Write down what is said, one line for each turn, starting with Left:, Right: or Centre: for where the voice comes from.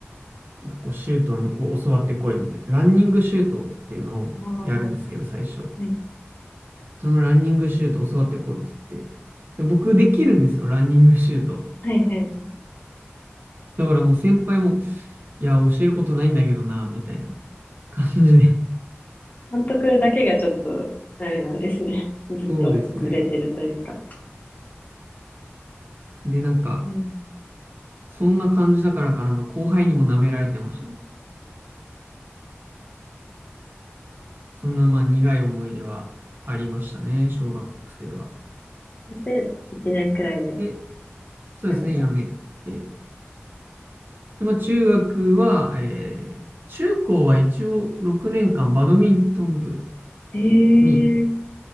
Right: なんかこうシュートを教わってこいみたいな。ランニングシュートっていうのをやるんですけど、
Left: おー、
Right: 最初。
Left: はい。
Right: そのランニングシュート教わってこいって言って。で、僕できるんですよ、ランニングシュート。
Left: はいはい。
Right: だからもう先輩も、いや、教えることないんだけどな、みたいな感じで。
Left: 監督だけがちょっと、あれなんですね。
Right: <laughs>
Left: <laughs> ずっとずれてるというか。
Right: そうですね。で、なんか、
Left: うん。
Right: そんな感じだからかなんか後輩にも舐められてましたね。そんなまあ苦い思い出はありましたね、小学生は。
Left: それで、1年くらいで
Right: で、そうですね、
Left: 辞めちゃった。
Right: やめて。で、まあ、中学は、えー中高は一応6年間バドミントン部
Left: えー、
Right: に